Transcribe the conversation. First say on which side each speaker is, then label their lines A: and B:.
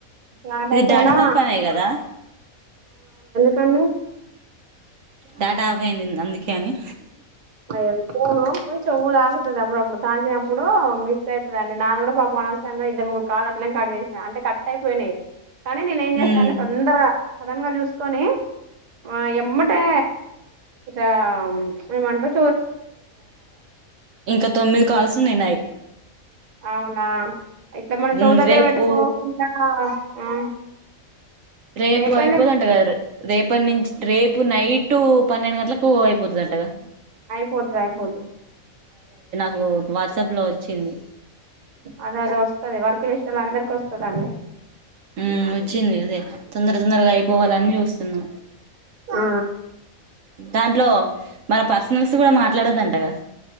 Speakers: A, on the right; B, on the right.
A: ఫ్లాట్
B: ఇది
A: అయిపోయినా
B: డాటతనీ పనే కదా
A: తను
B: డాటా ఆఫ్ ఆయింది అందుకే అని
A: అయ్యో మీ ఫోన్ కొంచెం ఊరు ఆకుతది అప్పుడప్పుడు తాకినప్పుడు మిస్ అవుతుందిండి నాది కూడా పాపం అనవసరంగా ఇద్దరు ముగురు కాలు అట్లేనే కట్ చేసిన అంటే కట్ అయిపోయినాయి కానీ నేనే ఏం చేస్తా
B: ఉమ్
A: అండి తొందరగా సదన్ గా చూసుకొని ఆ ఎమ్మటే ఇట్ల మేమంటార్
B: ఇంకా తొమ్మిది కాల్స్ ఉన్నాయి నాయి
A: అవునా ఇట్లా మనం
B: ఉమ్
A: చవు దగ్గర
B: రేపు
A: పెట్టుకోకుండా ఆ
B: రేపు
A: అయిపోయింది
B: అయిపోదంట కదా ర్ రేపటి నుంచి రేపు నైట్ పన్నెండు గంటలకు అయిపోతదంటగా
A: అయిపోతది అయిపోద్
B: పు వాట్సాప్లో వచ్చింది
A: అదదే వస్ స్తది వర్క్ చేసేటోళ్ళందరికి వస్తదండి
B: ఉమ్ వచ్చింది అదే తొందర తొందరగా అయిపోవాలని చూస్తున్నా
A: ఆ
B: దాంట్లో మన పర్సనల్స్ కూడా మాట్లాడొద్దంటగా